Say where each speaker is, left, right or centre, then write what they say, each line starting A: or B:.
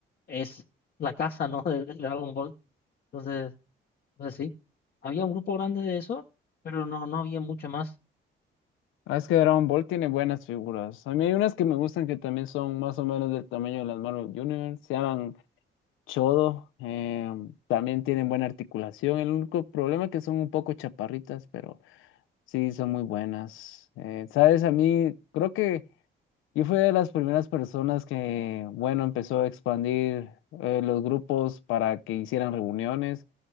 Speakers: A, on the left; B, on the left.
A: es la casa, ¿no? <laughs> De, de Dragon Ball. Entonces, pues sí, había un grupo grande de eso, pero no, no había mucho más.
B: Ah, es que Dragon Ball tiene buenas figuras. A mí hay unas que me gustan que también son más o menos del tamaño de las Marvel Universe. Se llaman Chodo. eh, también tienen buena articulación. El único problema es que son un poco chaparritas, pero sí, son muy buenas. Eh, ¿sabes? A mí creo que... Y fue de las primeras personas que, bueno, empezó a expandir eh, los grupos para que hicieran reuniones.